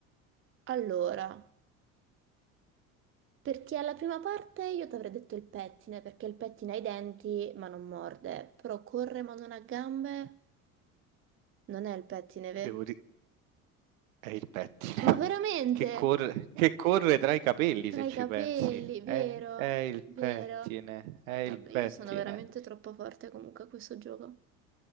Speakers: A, on the right; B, on the right.
A: Allora, perché alla prima parte io ti avrei detto il pettine, perché il pettine ha i denti ma non morde, però corre ma non ha gambe, non è il pettine, ve?
B: Devo È il pettine
A: Ma veramente?
B: che corre, che corre tra i capelli,
A: Tra
B: se ci
A: i capelli,
B: pensi.
A: vero?
B: È, è il
A: Vero?
B: pettine, è il
A: Vabbè,
B: pettine.
A: io sono veramente troppo forte comunque a questo gioco.